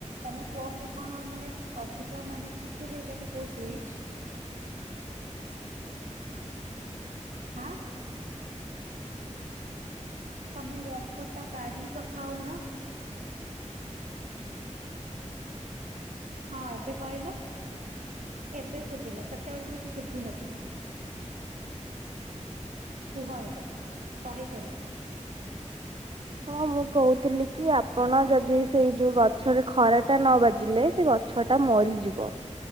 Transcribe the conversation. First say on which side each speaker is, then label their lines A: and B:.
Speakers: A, on the right; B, on the right.
A: ତୋମେ ଫୋନ୍ ରେ କଣ ମାନେ ଅଧିକ ମାନେ ଚିପି ଦେଇଚ କି କୋଉ ସୁଇଚ୍? ହାଁ। ତୋମେ ୟର୍କଟ ଟା କାଢିକି କଥା ହଉନ। ହଁ ଏବେ କହିଲ, ଏବେ ଶୁଭିଲା, ସେତେବେଳଠୁ କିଛି ଶୁଭୁ ନଥିଲା। କୁହ ଏବେ, କହି ଚାଲ।
B: ହଁ ମୁଁ କହୁଥିଲି କି ଆପଣ ଯଦି ସେଇ ଯୋଉ ଗଛରେ ଖରାଟା ନ ବାଜିଲେ ସେ ଗଛ ଟା ମରିଯିବ,